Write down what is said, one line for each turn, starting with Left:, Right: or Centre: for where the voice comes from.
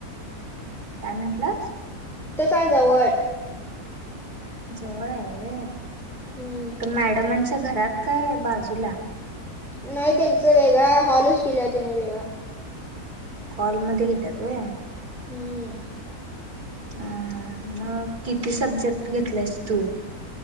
Right: पॅमेंट्ला
Centre: त्या जवळ
Right: जवळ आहे व
Centre: हम्म
Right: तर मॅडमांच्या घरात काय बाजूला
Centre: नाही त्यांच वेगळा हॉलच केला तिनं वेगळा
Right: हॉलमध्येध्ये घेतात व
Centre: हम्म.
Right: ह मग किती सब्जेक्ट घेतलायस तू?